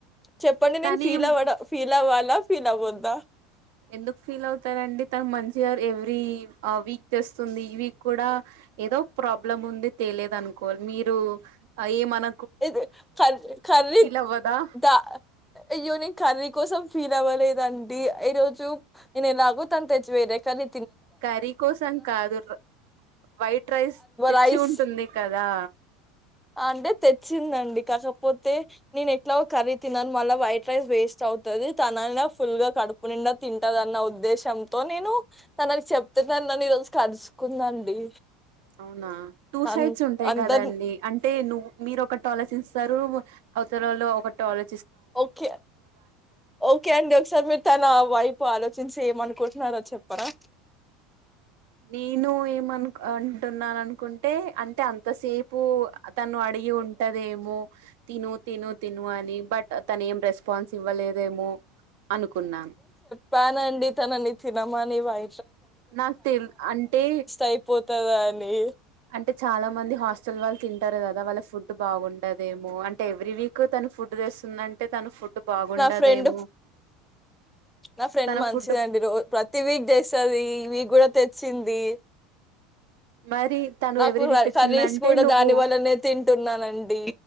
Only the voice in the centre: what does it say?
చెప్పండి నేను
ఫీల్ అవడ ఫీల్ అవ్వాలి ఆ ఫీల్ అవ్వద్దా
ఇది క కర్రీ
ద అయ్యో ని కర్రీ కోసం ఫీల్ తిందామా లేదండి ఈరోజు నేను ఎలాగో తను తెచ్చి వేరే కానీ
రైస్
అంటే తెచ్చిందండి కాకపోతే నేను ఎట్లాగో కర్రీ తినను మళ్ళా వైట్ రైస్ వేస్ట్ అవుతుది తనలా ఫుల్ గా కడుపు నిండా తింటదన్న ఉద్దేశ్యంతో నేను తనకి చెప్తే త నని ఈరోజు కరుచుకుందండి
అన్
అందరు
ఓకే ఓకే అండి ఒకసారి మీరు తన వైపు ఆలో చించి ఏమనుకుంటున్నారో చెప్పరా
పాను అండి తనని తినమని వై
అయిపోతదని
నా ఫ్రెండ్ నా ఫ్రెండ్
మంచిదండి
ర ప్రతి వీక్ చేస్తుది ఈ వీక్ కూడా తెచ్చింది
నాకు
కర్రీస్ కూడా
దాని వల్లనే తింటున్నానండి